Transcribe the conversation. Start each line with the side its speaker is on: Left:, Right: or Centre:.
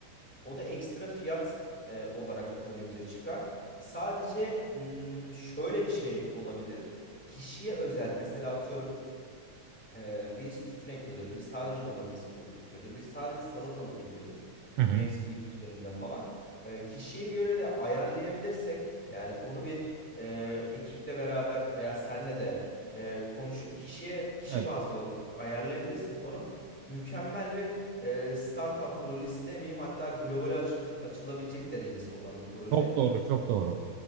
Centre: O da ekstra fiyat e, olarak önümüze çıkar. Sadece mm, şöyle bir şey olabilir. Kişiye özel mesela atıyorum ee, birisi tütün ekiyordur, biri sadece domates eki- ekiyordur, biri sadece salatalık ekiyordur
Right: Hı hı.
Centre: mevsim geçişlerinde falan. Ee, kişiye göre de ayarlayabilirsek yani onu bir e, ekiple beraber veya senle de e, konuşup kişiye kişi
Right: Evet.
Centre: bazlı olarak ayarlayabilirsek onu mükemmel bir e, startup projesi demeyeyim hatta globale açıldı, açılabilecek derecesi olan bir proje.
Right: Çok doğru, çok doğru.